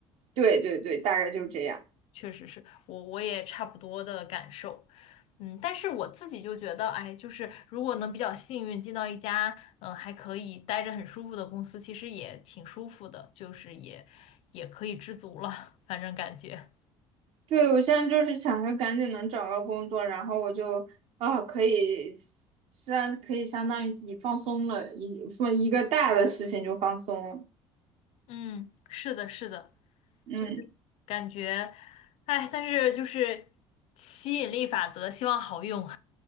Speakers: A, on the right; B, on the left.
A: 对对对，大概就是这样。
B: 确实是我我也差不多的感受，嗯，但是我自己就觉得，哎，就是如果能比较幸运进到一家，嗯，还可以待着很舒服的公司，其实也挺舒服的，就是也也可以知足了，反正感觉，
A: 对，我现在就是想着赶紧能找到工作，然后我就啊可以相可以相当于自己放松了，一放一个大的事情就放松了，
B: 嗯，是的，是的，
A: 嗯，
B: 就是感觉，哎，但是就是吸引力法则，希望好用，